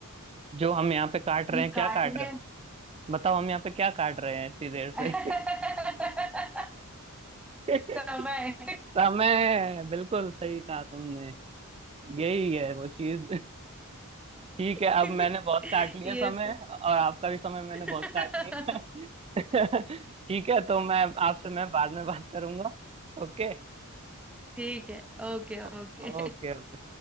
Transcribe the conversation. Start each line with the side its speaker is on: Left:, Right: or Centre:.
Right: जो हम यहाँ पे काट रहे
Centre: ये
Right: हैं क्या
Centre: काटने
Right: काट रहे हैं बताओ हम यहाँ पे क्या काट रहे हैं इतनी देर
Centre: <laughs>
Right: से <laughs>
Centre: समय
Right: समय बिल्कुल सही कहा तुमने यही है वो चीज <laughs> ठीक
Centre: <laughs>
Right: है अब मैंने बहुत काट लिया
Centre: ये
Right: समय
Centre: तो
Right: और आपका भी समय मैंने
Centre: <laughs>
Right: बहुत काट लिया <laughs> ठीक है तो मैं आपसे मैं बाद में बात करूंगा Okay
Centre: ठीक है Okay
Right: okay
Centre: okay
Right: okay